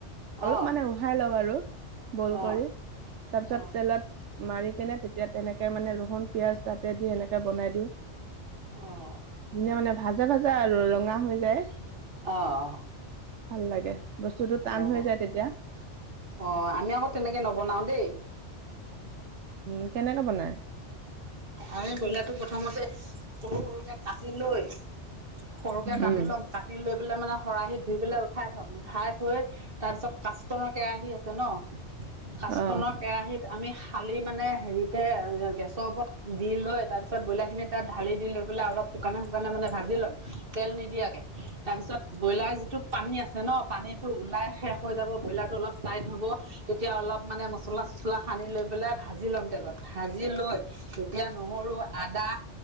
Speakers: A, on the right; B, on the right.
A: অলপ
B: অঁ
A: মানে উহাই লওঁ আৰু বইল
B: অঁ
A: কৰি তাৰপিছত
B: অঁ
A: তেলত মাৰি কেনে তেতিয়া তেনেকে মানে ৰহুন, পিয়াজ তাতে দি এনেকে বনাই দিওঁ।
B: অ'।
A: ধুনীয়া মানে ভাজা ভাজা আৰু ৰঙা হৈ যায়।
B: অ'।
A: ভাল লাগে। বস্তুটো টান
B: অ'।
A: হৈ যায় তেতিয়া
B: অ' আমি আকৌ তেনেকে নবনাও দেই।
A: উম' কেনেকে বনাই?
B: আমি বইলাটো প্ৰথমতে সৰু সৰুকে কাটি লৈ সৰুকে কাটি
A: উম
B: লম, কাটি লৈ পেলাই মানে শৰাহিত ধুই পেলাই উঠাই থ'ম, উঠাই থৈ তাৰ পিছত কাষ্টনৰ কেৰাহী আছে ন' কাষ্টনৰ
A: অ
B: কেৰাহীত আমি খালি মানে হেৰি <unintelligible> দেত দি লৈ তাৰপিছত বইলাৰখিনি তাত ঢালি দি লৈ পেলাই অলপ শুকানে শুকানে মানে ভাজি ল'ম, তেল নি নিদিয়াকে, তাৰপিছত বইলাৰ যিটো পানী আছে ন' পানীটো ওলাই শেষ হৈ যাব, ব্ৰইলাৰটো অলপ টাইট হ'ব তেতিয়া অলপ মানে মছলা চচলা সানি লৈ পেলাই ভাজি ল'ম তেলত, ভাজি লৈ তেতিয়া নহৰু, আদা